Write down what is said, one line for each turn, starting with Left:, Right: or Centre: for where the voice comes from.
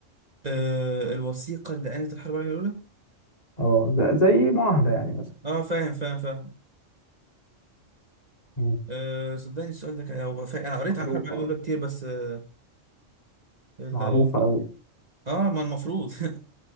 Right: آه الوثيقة اللي قالت الحرب العالمية الأولى
Left: اه ز- زي معاهده يعني مثلا
Right: اه فاهم فاهم فاهم
Left: مم.
Right: آه صدقني السؤال ده كان هو فا... انا قريت عن
Left: معروفه
Right: الحرب العالمية الأولى كتير بس اه, ال...
Left: معروفه قوي
Right: آه ما المفروض <laughs>